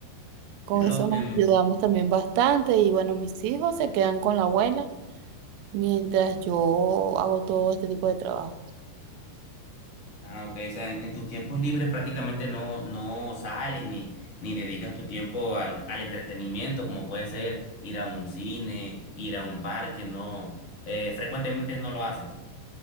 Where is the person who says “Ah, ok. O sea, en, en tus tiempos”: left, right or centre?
Left